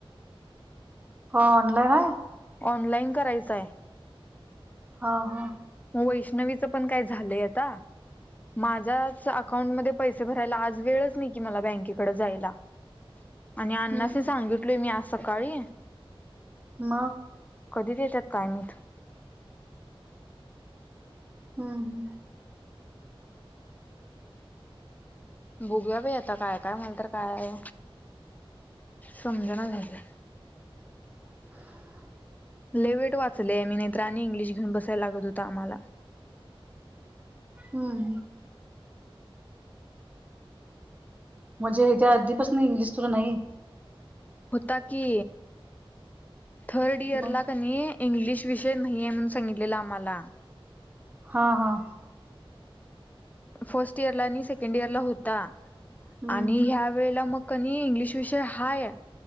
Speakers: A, on the right; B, on the left.
A: हो ऑनलाईन आहे
B: ऑनलाइन करायचंय
A: हा हा
B: मग वैष्णवीचं पण काय झालंय आता माझ्याच अकाउंटमध्ये पैसे भरायला आज वेळच नाही की मला बँकेकडे जायला आणि अण्णास
A: हम्म
B: सांगितलोय मी आज सकाळी
A: म
B: कधी देतात काय माहीत
A: हम्म - हम्म
B: बोगूया बाई आता काय-काय म्हं तर काय? संमजना झालंय
A: <inaudible>
B: लेवेट वाचले आणि नाहीतर आणि इंग्लिश घेऊन बसाय लागत होतं आम्हाला.
A: हम्म म्हणजे हेच्या आधीपासनं इंग्लिश तुला नाही?
B: होता की थर्ड इयर
A: मग
B: ला कनी इंग्लिश विषय नाहीये म्हणून सांगितलेलं आम्हाला.
A: हां-हां
B: फर्स्ट इयरला आणि सेकंड इयरला होता
A: हम्म
B: आणि ह्या वेळला मग कनई इंग्लिश विषय हाय.